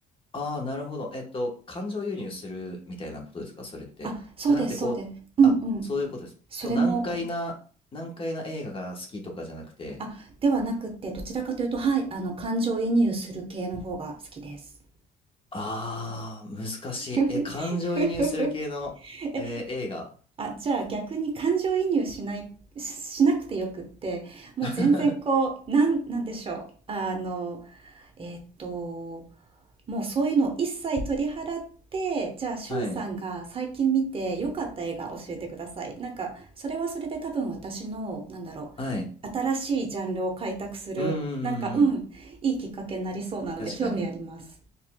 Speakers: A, on the left; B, on the right.
A: ああ、なるほど。えっと、感情移入するみたいなことですかそれって。
B: あ、そうですそうです。
A: じゃなくて、こう、
B: うんうん。
A: あ、そういうことです。
B: それもあり
A: その難解な、難解な映画が好きとかじゃなくて、
B: あ、ではなくて、どちらかというと、はい、あの、感情移入する系の方が好きです。
A: ああ、難しい。え、
B: <laughs>
A: 感情移入する系の、
B: え、
A: えー映画。
B: あ、じゃあ逆に感情移入しない、し、しなくてよくって、もう全然こう、
A: <laughs>
B: なん、なんでしょう。あの、えっと、もうそういうのを一切取り払って、じゃあ、しゅんさんが最近見て良かった映画教えてください。
A: はい。
B: なんか、それはそれで多分私の、なんだろ
A: はい。
B: う、新しいジャンルを開拓する、
A: うんうんうんうん。
B: なんか、うん、いいきっかけになりそうなので、
A: 確かに。
B: 興味あります。